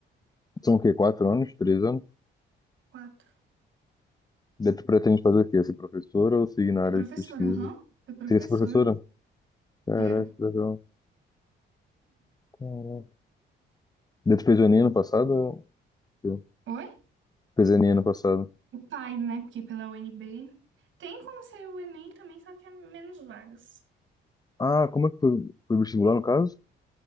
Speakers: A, on the left; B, on the right.
A: São o quê? Quatro anos? Três anos?
B: Quatro.
A: Daí tu pretende fazer o quê? Ser professora ou seguir na área
B: É professora,
A: de pesquisa?
B: aham. É professor.
A: Seria ser professora? Caraca,
B: Quero.
A: que legal. Caraca. Daí tu fez o Enem ano passado? ou- Eu.
B: Oi?
A: Fez o Enem ano passado.
B: O pai, né? Porque pela UNB. Tem como ser o Enem também, só que é menos vagas.
A: Ah, como é que foi? Foi vestibular, no caso?